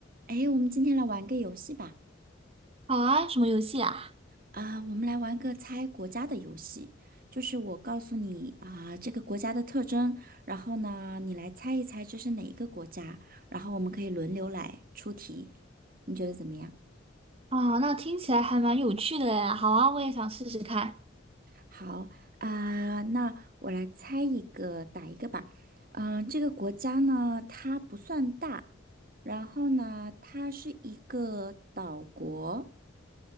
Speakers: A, on the right (about 45°); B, on the right (about 30°).
A: 哎，我们今天来玩个游戏吧。
B: 好啊，什么游戏啊？
A: 啊、我们来玩个猜国家的游戏，就是我告诉你啊、这个国家的特征，然后呢，你来猜一猜这是哪一个国家，然后我们可以轮流来出题，你觉得怎么样？
B: 啊，那听起来还蛮有趣的呀。好啊，我也想试试看。
A: 好啊、那我来猜一个，打一个吧。嗯、这个国家呢，它不算大，然后呢，它是一个岛国，